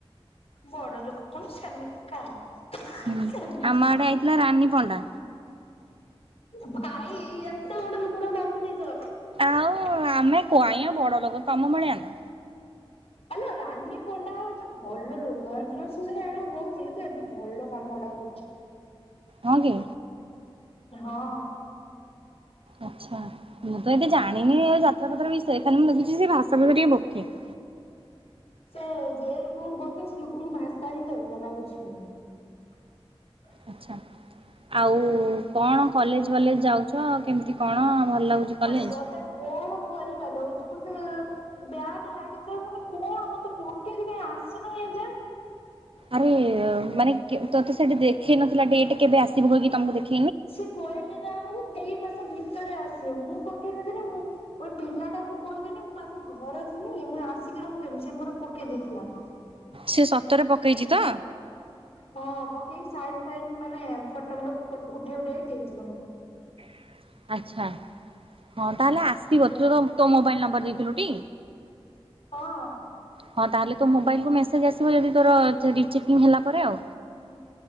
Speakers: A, on the left; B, on the right.
A: ବଡ ଲୋକ କଣ ସେମିତି କା ଆଉ।
B: ହୁଁ
A: ସେମିତିକା।
B: ଆମ ଆଡେ ଆଇଥିଲା ରାନୀ ପଣ୍ଡା।
A: ଭାଇ ଏଇ ଏତେ ବଡ ଲୋକଟାକୁ ଡାକିଦେଇଛ।
B: ଆଉ ଆମେ କଇଁ ବଡ ଲୋକ ତମ ଭଳିଆ ନା?
A: ଆଲୋ ରାନୀ ପଣ୍ଡା ହଉଛି ଭଲ ଲୋକ, ଜାଣିଛୁନା ସେ ସିନା ହଉଛି କିନ୍ତୁ ଏବେ ଭଲ କାମଗୁଡା <inaudible>
B: ହଁ କି?
A: ହଁ।
B: ଆଚ୍ଛା, ମୁଁ ତ ଏତେ ଜାଣିନି ଯାତ୍ରା ଫାତ୍ରା ବିଷୟ ରେ, ଖାଲି ମୁଁ ଲାଗୁଛି ସେ ଭାଷା ବିଷରେ ଟିକେ ବୋକି। <inaudible>
A: ସେ ଯେ ଲୋକଙ୍କୁ ବୋଲୁ ଥାଏ, ସେ ଲୋକଙ୍କୁ ଭାଷା ହିଁ ଦରକାର ଆଉ କିଛି ନୁହେଁ।
B: ଆଛା, ଆଉ କଣ କଲେଜବଲେଜ ଯାଉଛ କେମିତି କଣ ଭଲ ଲାଗୁଛି କଲେଜ?
A: ଆଉ ଶ୍ରଦ୍ଧା କଣ କରିବ ବ୍ୟାଗ ଲାଗିଥିଲା ମାନେ ତମେ କଣ ମତେ ପକେଇକି ଆସିନ ଏ ଯାଏଁ।
B: ଆରେ ମାନେ ତୋତେ ସେଠି ଦେଖେଇ ନଥିଲା ଡେଟ କେବେ ଆସିବ କି ତମକୁ ଦେଖ
A: ସେ କହିଲେ ନା ଆମକୁ ଦେଇ ମାସ ସେ ଭିତରେ ଆସିବ ମୁଁ ପକେଇନଥିଲି ମୁଁ ଗୋଟେ ପିଲାଟାକୁ କହିଦିନି ମୁଁ ପା ଘର ଥିଲି ମୁଁ ଆସିକିନା ପକେଇମି ସେ ମୋର ପକେଇ ଦେଇଥିଲା।
B: ସେ ସତରେ ପକେଇଛି ତ?
A: ହଁ, ପକେଇକି ସାଇନ ଫାଇନ ମାନେ ଫଟ ଫଟ ଉଠେଇ ଉଠେଇକି ଦେଇଛି ମୋର।
B: <inaudible> ଆଚ୍ଛା, ହଁ ତାହେଲେ ଆସିବ ତୁ ତୋ ମୋବାଇଲ ନମ୍ବର ଦେଇଥିଲୁ ଟି?
A: ହଁ।
B: ହଁ ତାହେଲେ ତୋ ମୋବାଇଲକୁୁ ମେସେଜ ଆସିବ ଯଦି ତୋର ରିଚେକିଂ ହେଲା ପରେ ଆଉ।